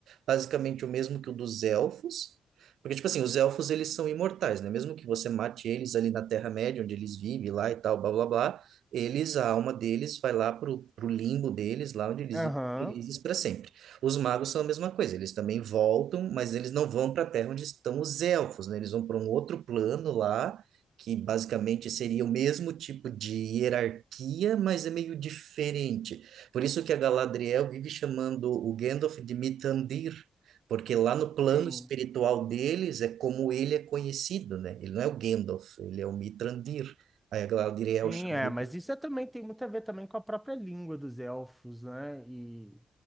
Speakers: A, on the right; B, in the centre.
A: basicamente o mesmo que o dos elfos. Porque, tipo assim, os elfos, eles são imortais, né? Mesmo que você mate eles ali na Terra-média, onde eles vivem lá e tal, blá, blá, blá, eles, a alma deles vai lá pro, pro limbo deles, lá onde eles
B: Aham,
A: vivem felizes para sempre. Os magos são a mesma coisa, eles também voltam, mas eles não vão para a Terra onde estão os elfos, né? Eles vão para um outro plano lá, que basicamente seria o mesmo tipo de hierarquia, mas é meio diferente. Por isso que a Galadriel vive chamando o Gandalf de Mithrandir, porque lá no plano
B: sim.
A: espiritual deles é como ele é conhecido, né? Ele não é o Gandalf, ele é o Mithrandir. Aí a Galadriel
B: Sim,
A: chama
B: é,
A: ele
B: mas isso é também tem muito a ver também com a própria língua dos elfos, né? E